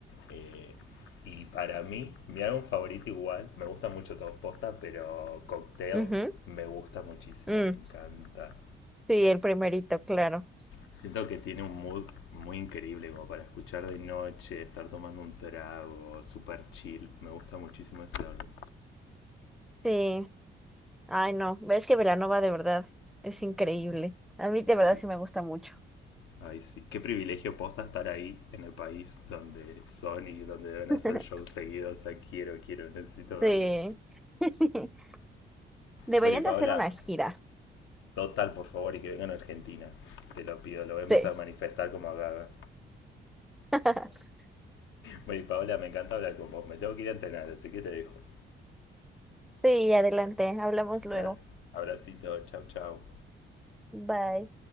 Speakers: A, on the left; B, in the centre.
A: Eh, y para mí, mi álbum favorito igual, me gustan mucho todos posta, pero Cocktail
B: Ujú,
A: me gusta muchísimo,
B: mm,
A: me encanta.
B: Sí, el primerito, claro.
A: Siento que tiene un mood muy increíble como para escuchar de noche, estar tomando un trago, super chill. Me gusta muchísimo ese álbum.
B: Sí. Ay, no, ves que Velanova de verdad es increíble. A mí de verdad
A: Sí.
B: sí me gusta mucho.
A: Ay, sí. Qué privilegio posta estar ahí en el país donde son y donde deben hacer
B: <laughs>
A: shows seguidos. O sea, quiero, quiero, necesito verlos.
B: Sí. <laughs> Deberían
A: Bueno, y Paola,
B: de hacer una gira.
A: total, por favor, y que vengan a Argentina. Te lo pido, lo voy a empezar
B: Sí.
A: a manifestar como a Gaga.
B: <laughs>
A: Bueno, y Paola, me encanta hablar con vos. Me tengo que ir a entrenar, así que te dejo.
B: Sí, adelante. Hablamos luego.
A: Dale. Abracito, chau, chau.
B: Bye.